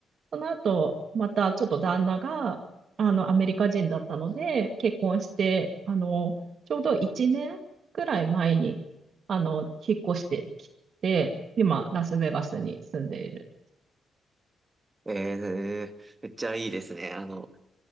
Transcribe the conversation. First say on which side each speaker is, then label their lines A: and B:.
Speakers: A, on the right; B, on the right.
A: その後、またちょっと旦那が、あの、アメリカ人だったので、結婚して、あの、ちょうど1年くらい前に、あの、引っ越してきて、今、ラスベガスに住んでいる。
B: えー、めっちゃいいですね。あの、